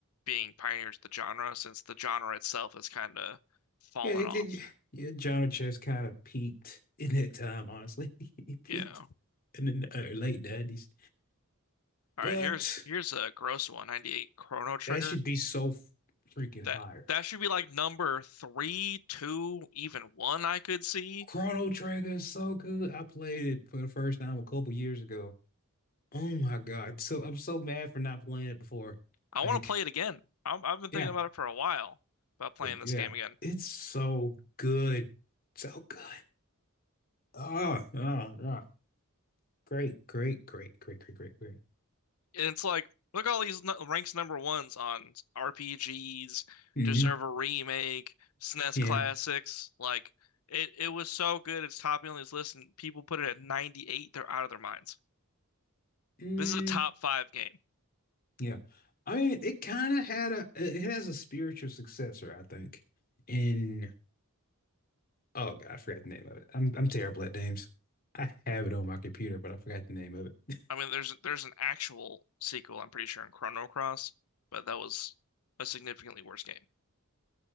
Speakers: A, on the left (about 85°); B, on the left (about 45°).
A: being pioneers of the genre since the genre itself has kind of fallen
B: yeah, it,
A: off.
B: it, yeah. Jonah Chess kind of peaked in that time, honestly. <laughs> He peaked
A: Yeah.
B: in the uh, late 90s,
A: All
B: but
A: right, here's here's a gross one, 98 Chrono Trigger.
B: that should be so freaking higher.
A: that that should be like number three, two, even one I could see.
B: Chrono Trigger is so good. I played it for the first time a couple years ago. Oh my God. So I'm so mad for not playing it before.
A: I
B: Like,
A: want to play it again. I'm, I've been
B: yeah,
A: thinking about it for a while about playing
B: like,
A: this
B: yeah,
A: game again.
B: it's so good. So good. Oh, oh, oh. Great, great, great, great, great, great, great.
A: And it's like, look at all these ranks number ones on RPGs,
B: Mm-hmm.
A: deserve a remake, SNES
B: Yeah.
A: classics. Like it, it was so good. It's topping on this list, and people put it at 98. They're out of their minds.
B: Mm,
A: This is a top five game.
B: yeah. I mean, it kind of had a, it has a spiritual successor, I think. In, oh God, I forgot the name of it. I'm, I'm terrible at names. I have it on my computer, but I forgot the name of it.
A: I mean, there's there's an actual sequel, I'm pretty sure, in Chrono Cross, but that was a significantly worse game.